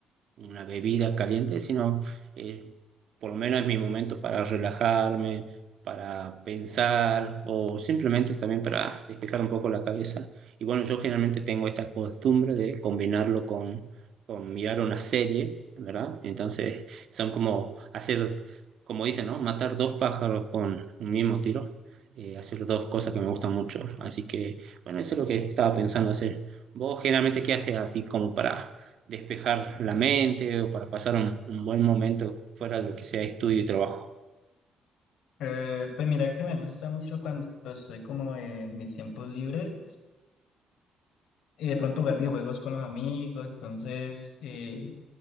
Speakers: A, on the right; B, on the left.
A: una bebida caliente, sino eh, por lo menos es mi momento para relajarme, para pensar o simplemente también para despejar un poco la cabeza. Y bueno, yo generalmente tengo esta costumbre de combinarlo con, con mirar una serie, ¿verdad? Entonces son como hacer, como dicen, ¿no? Matar dos pájaros con un mismo tiro. eh, hacer dos cosas que me gustan mucho. Así que, bueno, eso es lo que estaba pensando hacer. ¿Vos generalmente qué haces así como para despejar la mente o para pasar un, un buen momento fuera de lo que sea estudio y trabajo.
B: Eh, pues mira que me gusta mucho cuando estoy como en mis tiempos libres y de pronto jugar videojuegos con los amigos, entonces eh,